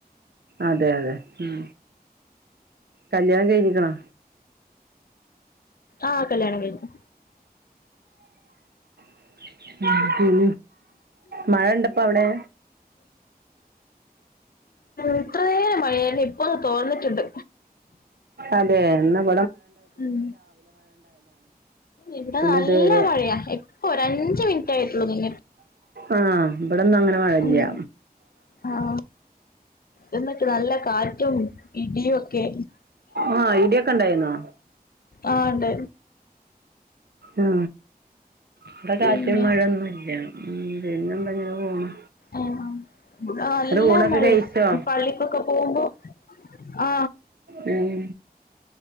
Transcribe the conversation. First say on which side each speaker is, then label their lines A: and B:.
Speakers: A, on the right (about 80°); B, on the left (about 65°).
A: അതെ അതെ ഉം കല്യാണം കഴഞ്ഞിക്ക്ണോ
B: ആ കല്യാണം കഴിഞ്ഞു
A: <inaudible> ഉം മഴ ണ്ടപ്പവടെ
B: ഇത്ര നേരം മഴയാര്ന്നു ഇപ്പൊന്ന് തോർന്ന്ണ്ട്
A: അതെ ന്നപ്
B: ഉം ഇവിടെ
A: പിന്നെ
B: നല്ല
A: ഇതുവരെ
B: മഴയാ ഇപ്പൊ ഒരഞ്ചു മിനിറ്റ് ആയിട്ടുള്ളൂ നി
A: ആ ഇവിടെന്നൊങ്ങനെ മഴല്ല്യ
B: ഉം ആ എന്നിട്ട് നല്ല കാറ്റും ഇടിയൊക്കെ
A: ആഹ് ഇടിയൊക്കെ ഉണ്ടായിരുന്നോ
B: ആ ണ്ട്
A: ആ ഇവ്ടെ കാറ്റും
B: പിന്നെ
A: മഴൊന്നുംല്ല ഉം പിന്നും പ്പ ങ്ങനെ പോണ്
B: ആ ആ ഇവ്ടെ നല്ല
A: ഊണൊക്കെ
B: മഴയാ
A: കഴിച്ചോ
B: പള്ളിക്കൊക്കെ പോകുമ്പോ ആ
A: ഉം